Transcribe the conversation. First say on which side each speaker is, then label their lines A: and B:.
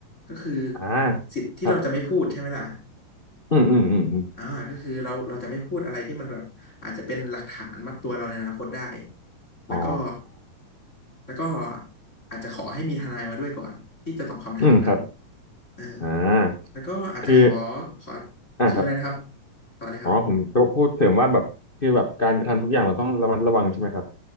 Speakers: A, on the left (about 20°); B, on the left (about 50°).
A: ก็คือ
B: อ่า
A: สิทธิ์ที่เราจะไม่พูดใช่ไหมล่ะ
B: ครับอืมอืมอืมอืม
A: อ่าก็คือเราเราจะไม่พูดอะไรที่มันแบบอาจจะเป็นหลักฐานมัดตัวเราในอนาคตได้แล้วก็
B: อ๋อ
A: แล้วก็อาจจะขอให้มีทนายมาด้วยก่อนที่จะตอบคำถามนั้น
B: อืมครับ
A: เออ
B: อ่า
A: แล้วก็อาจจะขอ
B: คือ
A: ขอ
B: อ่าครับ
A: คืออะไรนะครับต่อเลยครับ
B: อ๋อผมจะพูดเสริมว่าแบบคือแบบการกระทำทุกอย่างเราต้องระมัดระวังใช่ไหมครับ